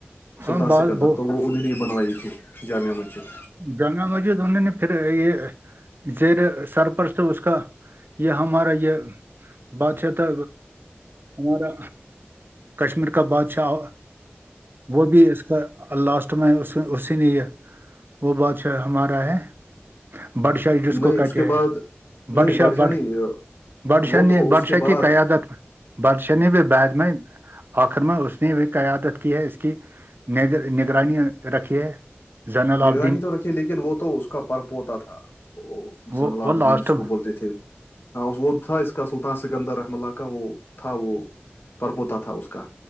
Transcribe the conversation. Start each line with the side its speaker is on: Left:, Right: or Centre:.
Left: سلطان
Right: ہاں بات
Left: سے کے اندر
Right: بہت
Left: تو وہ انہوں نے ہی بنوائی تھی جامعہ مسجد
Right: گنگا مجود انہوں نے پھر یہ زیر سر پر سے اس کا یہ ہمارا یہ باتشاہ تھا ہمارا کشمیر کا بادشاہ وہ بھی اس کا لاسٹ میں اس اسی نے یہ وہ بادشاہ ہمارا ہے بڈشاہ جس
Left: نہیں
Right: کوو کاٹے
Left: اس کے
Right: ہیں
Left: بعد
Right: بڈ
Left: نہیں
Right: شاہ
Left: بادشاہ
Right: بڈ
Left: نہیں
Right: بادشاہ
Left: وہ
Right: نےی
Left: تو اس
Right: بادشاہ
Left: کے بعد
Right: کی قیادت بادشاہ نےی بھی باد میںاہ آخر میں اس نے وہ قیادت کی ہے اس کی نگرانی رکھی ہے جنرل آف
Left: نہیں تو رکھی لیکن وہ تو اس کا پر پوتا تھا زنالابدین
Right: وہ وہ لاسٹ
Left: جس کو
Right: میں۔
Left: بولتے تھے ہ اس وہ تھ تھا اسس ق اصل ت سکندر احمللالہاہ وہ تھ تھا وہ پرپوتا تھا اس کا